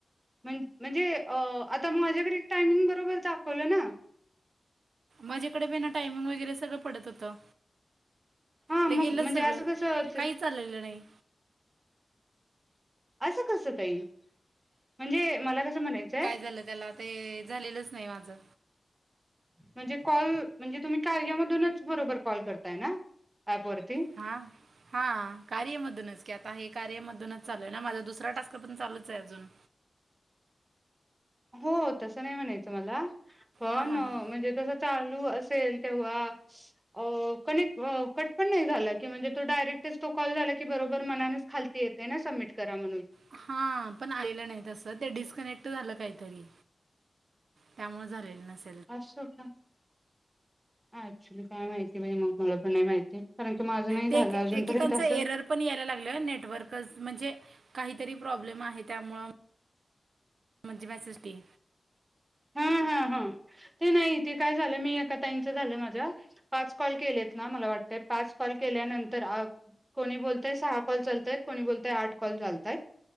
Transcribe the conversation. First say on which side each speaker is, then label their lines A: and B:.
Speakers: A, on the right; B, on the right.
A: म म्हणजे अ आता माझ्याकडे टायमिंग बरोबर दाखवलं ना
B: माझ्याकडे बी ना टायमिंग वगैरे सगळं पडत होतं
A: हा
B: ते
A: मग
B: गेलंच
A: म्हणजे
B: सगळं,
A: असं कसं
B: काहीच आलेलं नाही.
A: असं कसं ताई. म्हणजे मला कसं म्हणायचंय
B: ह्याला त्याला ते झालेलंच नाही माझं
A: म्हणजे कॉल म्हणजे तुम्ही कार्या मधूनच बरोबर कॉल करताय ना ऍप वरती
B: हां. हा कार्या मधूनच की आता हे कार्यामधूनच चालू आहे ना माझा दुसरा टास्क अजून चालूच आहे अजून
A: हो तसं नाही म्हणायचं मला पण
B: हां हां हां
A: म्हणजे तस चालू असेल तेव्हा अह कनेक्ट अह कट पण नाही झाला की म्हणजे तो डायरेक्टच तो कॉल झाला की बरोबर मनानेच खालती येत त्यांना सबमिट करा म
B: हा पण आलेलं नाही तसं ते डिस्कनेक्ट झालं काहीतरी त्यामुळे झालेल नस
A: अस की ऍक्च्युली काय माहिती नाय बाई मला पण नाही माहिती कारण की माझं नाही झालं
B: ते एक
A: अजूनपर्यंत
B: एकेकांचं
A: असं.
B: एरर पण यायला लागल नेटवर्कच म्हणजे काहीतरी प्रॉब्लेम आहे त्यामूळ म्हणज मेसेज की
A: हा हा हा ते नाही तेे काय झालं मी आता त्यां च झालंय माझं पाच कॉल केलेत ना मला वाटत, पाच कॉल केल्यानंतर कोणी बोलतय सहा कॉल चालतायत कोणी बोलतय आठ कॉल चालतात